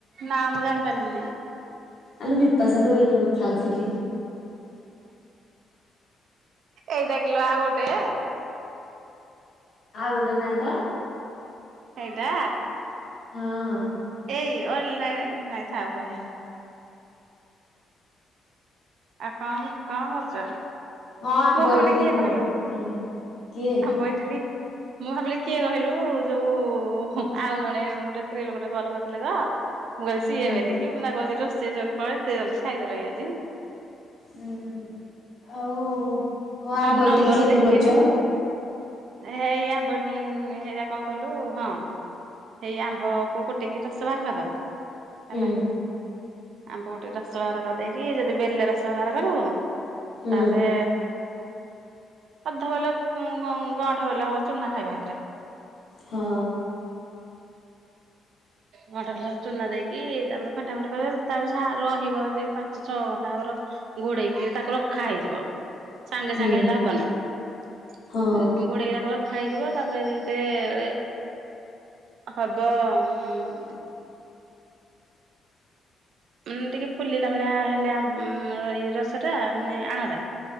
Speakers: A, on the right; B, on the left.
A: ନା ମୁଁ ଜାଣିପାରିଲିନି
B: ଆଲୋ ବିପାସା ଲୋ ଏଇନେ କଥା ହୋଉଥୁଲି।
A: ଏଇଟା କିଲୋ ଆଉ ଗୋଟେ?
B: ଆଉ ଗୋଟେ ନାଇଁ ତ।
A: ହେଇଟା
B: ହଁ।
A: ଏଇ ଅନଲାଇନେ ନାଇଁ ଥାଉ କହିବାନି। ହଁ ଏ କଣ କରୁଚ
B: ହଁ ଆମ୍ବ
A: ମୁଁ ଭାବିଲି
B: ଇଟିଲି
A: କିଏ
B: କୁହ
A: କହିଲୁ?
B: କେମତି କିଏ
A: ହଁ ବୋଇଥିଲି। ମୁଁ ଭାବିଲି କିଏ କହିଲୁ ଯୋଉ ହୁ ଆଉ ଜଣେ ଗୋଟେ ସ୍ତ୍ରୀ ଲୋକଟେ କଲ କରିଥିଲେ ଯା ମୁଁ କହିଲି
B: ହୁଁ
A: ସିଏ ବେଲିକି ମୁଁ ତାଙ୍କୁ ପଚାରୁ ରୋଷେଇ ଯକ କଣ ଏତେ ଜଲଦି ଖାଇଦେଲଣି ଆଜି।
B: ହୁଁ। ଆଉ କଣ
A: ମୁଁ ଆଉ
B: ବଇଟକଲି
A: ନମ୍ବର
B: କେମତି
A: ଦେଖିନି
B: କରୁଚ?
A: ହେଇ ଆମ ବଇଟକଲି ହେରା କଣ କହିଲୁ ହଁ। ସେଇ ଆମ୍ବକୁ ଗୋଟେଇକିି ରସ ବାହାର କରିଦୋବୁ।
B: ହୁଁ
A: ହେଲା ଆମ୍ବକୁ ଟିକେ ରସ ବାହାର କରିଦେଇକି ଯଦି ବେଲେ ରସ ବାହାର କରିବୁ
B: ହୁଁ
A: ତାପରେ ଅଧ ବେଲେ ଉଁ-ଗଁ-ଗଣ୍ଠ ବେଲେ ହବ ଚୁନା ଖାଇବ ହେଥିରେ।
B: ହଁ।
A: ଗଅଣ୍ଠ ଖଣ୍ଡେ ଚୁନା ଦେଇକି ତାପରେ ଫେଣ୍ଟା ଫେଣ୍ଟି କରିବ ତାପରେ ସେ ଆ ରହିବ ସେ ପାଞ୍ଚଛଅ ଘଣ୍ଟା ହବ ର ଘୋଡେଇକି ତାକୁ ରଖା ହେଇଯିବ। ସାଙ୍ଗେ
B: ହୁଁ
A: ସାଙ୍ଗେ ହେଲେ ହବନି ଉଁ
B: ହଁ
A: ଉଁ ଘୋଡେଇକି ତାକୁ ର ଖା ହେଇଯିବ ତାପରେ ଯେତେଏଳେ ହବ ଉଁ ମାନେ ଟିକେ ଫୁଲିଲା ଭଳିଆ ହେଲେ ଆମ୍ ଉମ୍ ଇଏ ରସଟା ମାନେ ଆଣଟା